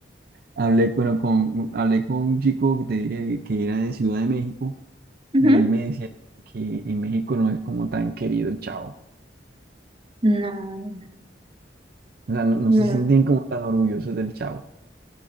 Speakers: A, on the right; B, on the right.
A: Hablé, bueno, con, hablé con un chico que, te dije que era de Ciudad de México
B: Ujú.
A: y él me decía que en México no es como tan querido el Chavo.
B: No,
A: O sea, no, no
B: no.
A: se sienten como tan orgullosos del Chavo.